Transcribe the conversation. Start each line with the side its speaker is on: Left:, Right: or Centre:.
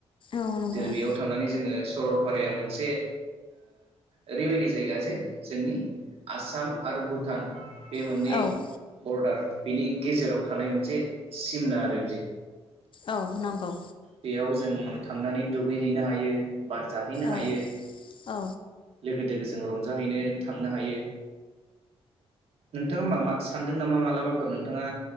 Left: औ नंगौ
Right: जेरै बेयाव थांनानै जोंङो सरलपाराया मोनसे ओरैबायदि जायगा जे जोंनि आसाम आरो भुटान बे मोननै
Left: औ
Right: बरडार बिनि गेजेराव मोनसे सिमना आरो बियो
Left: औ नंगौ
Right: बेयाव जों खांनानै दुगैहैनो हायो बार जाहैनो हायो
Left: औ औ
Right: लोगो दोगोजों रंजाहैनो थांनो हायो नोंथाङा मा सानदों नामा मालाबाफोर नोंथाङा